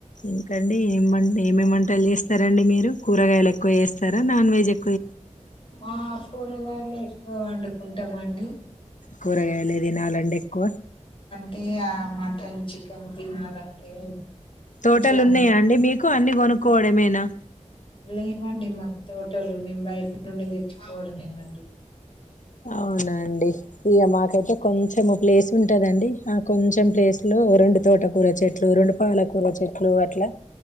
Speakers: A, on the left; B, on the left.
A: ఇంకండి ఏం వంట్ ఏమెం వంటల్ చేస్తారండి మీరు కూరగాయలక్ కొ ఎవేస్తార నాన్ వెజ్ ఎ
B: ఆ కూరగాయలే పో అండు కుంటా అండి
A: కూరగాయలే తినాలండి ఎక్కువ
B: టే ఆ మటన్ చికెన్ తినాలంటే
A: తోటలు
B: మంచిగా
A: ఉన్నాయా
B: అనిపిం
A: అండి మీకు అన్ని కొనుకో కోడమేనా
B: లేవండి మాకు తోటలు మేము బయట నుండి తెచ్చుకోవడంమేనండి
A: అవునండి ఇగ మాకైతే కొంచెం ప్లేస్ ఉంటదండి ఆ కొంచెం ప్లేస్ లో రెండు తోటకూర చెట్లు రెండు పాలకూర చెట్లు అట్లా